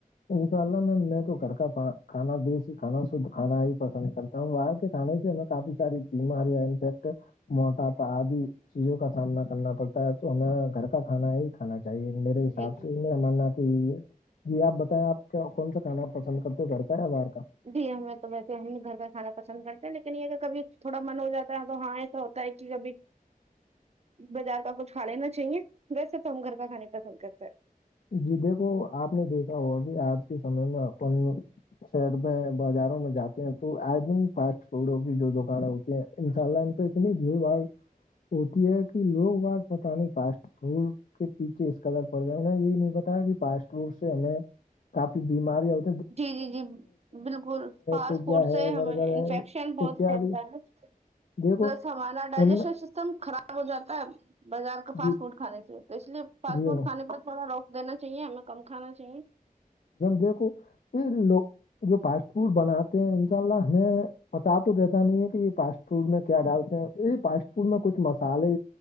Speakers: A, on the left; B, on the right.
A: انشاء اللہ میم میں تو کر کا کانا دیسی کھانا شدھ کھانا ہی پسند کرتا ہم باہر کے کھانے سے ہمیں کافی ساری بیماریاںفیکٹ موٹاپا آدی چیزوں کا سامنا کرنا پڑتا ہے تو ہمیں گھر کا کھانا ہی کھانا چاہیے میرے حساب
B: جی جی
A: سے میرا ماننا کہ یہ یہ آپ آپ کون سا کھانا پسند کرتے ہو گھر کا یا باہر کا
B: جی ہمیں تو ویسے ہم گھر کا کھانا پسند کرتے ہیں لیکن یہ کہ کبھی تھوڑا من ہو جاتا ہے تو ہاں تو کہ کبھی بازار کا کچھ کھا لینا چاہیے ویسے تو ہم گھر کا کھانا پسند کرتے ہیں
A: جی دیکھو آپ نے دیکھا ہوا کہ آج کے سمے میں اپ شہر میں بازاروں میں جاتے ہیں تو آئے دن فاسٹ فوڈوں کی جو دکانیں ہوتی ہیں ان شاء اللہ ان پہ اتنی بھیڑ باڑ ہوتی ہے کہ لوگ پت نہیں فاسٹ فوڈ کے پیچھے اس قدر پڑ جا ہم یہی نہیں بتایا کہ فاسٹ فورٹ سے ہمیں کافی بیماری اور
B: جی جی جی بالکل فاسٹ
A: پیزا
B: فوڈ
A: ہے
B: سے ہمیں
A: برگر
B: انفیکشن
A: ہے
B: بہت
A: اتیادی
B: پھیلتا ہے
A: دیکھو
B: پلس ہمانا ڈائجیشن
A: ان میں
B: خراب ہو جاتا ہے بازار کا فاسٹ
A: جی
B: فوڈ کھے سے تو اس لیے فاسٹ
A: جی
B: فوڈ
A: ہاں
B: کھانے پر تھوڑا روک دینا چاہیے ہمیں کم کھانا چاہیے
A: دیکھو یہ لوگ جو فاسٹ فوڈ بناتے ہیں ان شاء اللہ ہمیں پتا تو رہتا نہیں ہے کہ یہ فاسٹ فوڈ میں کیا ڈالتے ہیں یہ فاسٹ فوڈ میں کچھ مسالے